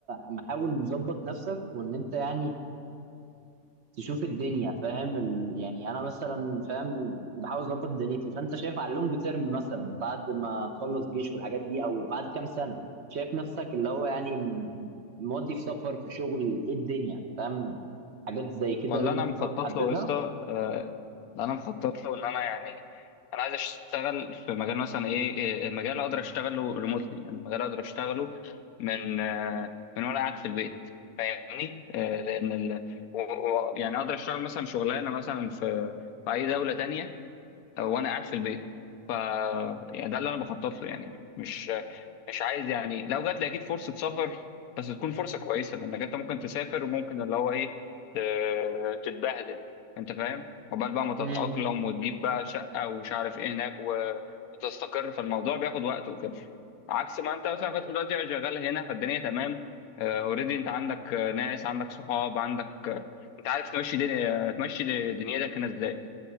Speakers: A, on the right; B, on the left.
A: محاول مظبط نفسك وان انت يعني تشوف الدنيا فاهم ال... يعني انا مثلا فاهم بحاول اظبط دنيتي فانت شايف على اللونج تيرم مثلا بعد ما تخلص جيش والحاجات دي او بعد كام سنه شايف نفسك اللي هو يعني م- مودي في سفر في شغل ايه الدنيا فاهم حاجات زي كده
B: والله
A: لونج
B: انا
A: تيرم
B: مخطط
A: محددها
B: له يا اسطى آه، انا مخطط له ان انا يعني انا عايز اشتغل في مجال مثلا ايه إيه، المجال اقدر اشتغله ريموتلي يعني المجال اقدر اشتغله من آه، من وانا قاعد في البيت فاهمني آه، لان ال... و... و... يعني اقدر اشتغل مثلا شغلانه مثلا في في اي دوله تانية وانا قاعد في البيت ف يعني ده اللي انا بخطط له يعني مش مش عايز يعني لو جات لي اكيد فرصه سفر بس تكون فرصه كويسه لانك انت ممكن تسافر وممكن اللي هو ايه ت- تتبهدل انت فاهم عقبال بقى ما تتاقلم
A: امم
B: وتجيب بقى شقه ومش عارف ايه هناك و... وتستقر فالموضوع بياخد وقت وكده عكس ما انت مثلا كنت دلوقتي شغال هنا فالدنيا تمام اوريدي انت عندك آه، ناس عندك صحاب عندك آه، انت عارف تمشي دنيا تمشي دنيتك هنا ازاي